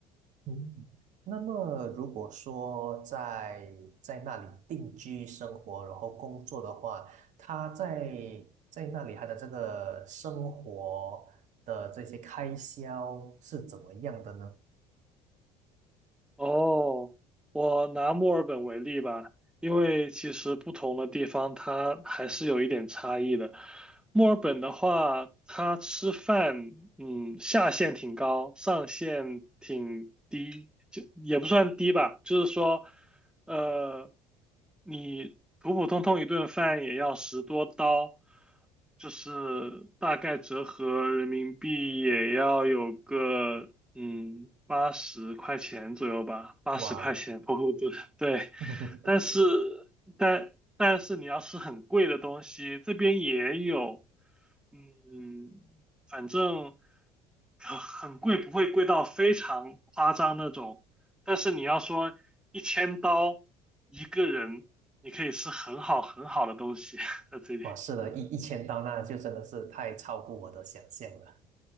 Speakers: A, on the right (about 45°); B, in the centre.
A: 嗯，那么如果说在在那里定居生活，然后工作的话，他在在那里他的这个生活的这些开销是怎么样的呢？
B: 哦，我拿墨尔本为例吧，因为其实不同的地方它还是有一点差异的。墨尔本的话，它吃饭，嗯，下限挺高，上限挺低，就也不算低吧，就是说。呃，你普普通通一顿饭也要十多刀，就是大概折合人民币也要有个嗯八十块钱左右吧，八十块钱普普通对，
A: 哇，<laughs>
B: 但是但但是你要吃很贵的东西，这边也有，嗯，反正很很贵，不会贵到非常夸张那种。但是你要说一千刀一个人，你可以吃很好很好的东西在这里。
A: 哇，是的，一一千刀，那就真的是太超乎我的想象了。